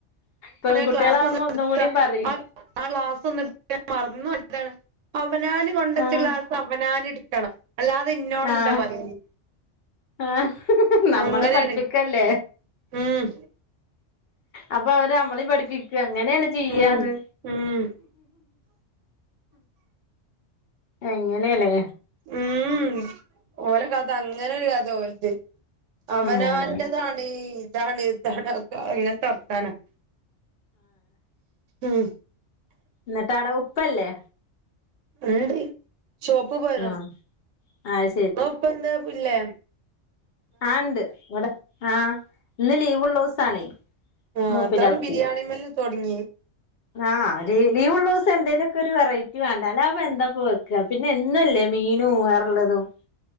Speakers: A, on the left (about 60°); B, on the right (about 80°).
A: പെൺകുട്ടികളാകുമ്പോ
B: ആ ക്ലാസ് ഒന്ന്
A: ഒന്നുംകൂടിം
B: എടുത്ത
A: പറിം
B: ആ ആ ഗ്ലാസ് ഒന്ന് ട്ത്തെ മറന്നോയി അതാണ്, അവനാന് കൊണ്ടച്ച
A: ആഹ്
B: ഗ്ലാസ് അവനാന് ഇട്ക്കണം അല്ലാതെ ഇന്നോടല്ല
A: ആഹ്
B: പറയല്
A: ആഹ് <unintelligible> നമ്മളെ
B: അങ്ങനെയാണ്
A: പഠിപ്പിക്കല്ലേ
B: ഉം
A: അപ്പൊ അവര് നമ്മളിം പഠിപ്പിക്ക അങ്ങനെയാണ് ചെയ്യാന്ന്
B: ഉം ഉം
A: എങ്ങനെയല്ലേ
B: ഉം ഓലെ കഥ അങ്ങനെ ഒരു കഥ ഓലത് അവനൻ്റതാണ്
A: ആഹ്
B: ഇതാണ് ഇതാണ് ഇങ്ങൻത്തെ വർത്താനം ഉം
A: ന്നിട്ടാട ഉപ്പല്ലേ
B: ണ്ട് ഷോപ്പ് പോയതാ
A: ആഹ് അത്
B: ഓപ്പ്ന്താപ്പില്ലേ
A: ആണ്ട് ഇവിടെ ആഹ ഇന്ന് ലീവ്ള്ള ദിവസാണേ
B: ആഹ്
A: മൂപ്പരാൾക്ക്
B: അതാണ് ബിരിയാണിമ്മല് തുടങ്ങിയെ
A: ആഹ് ഒരു ലീവുള്ളീസം എന്തേലുമൊക്കെ ഒരു വെറൈറ്റി വേണ്ട? അല്ലാതപ്പൊ എന്താപ്പ വെക്കാ പിന്നെ എന്നല്ലേ മീനും വേറെള്ളതും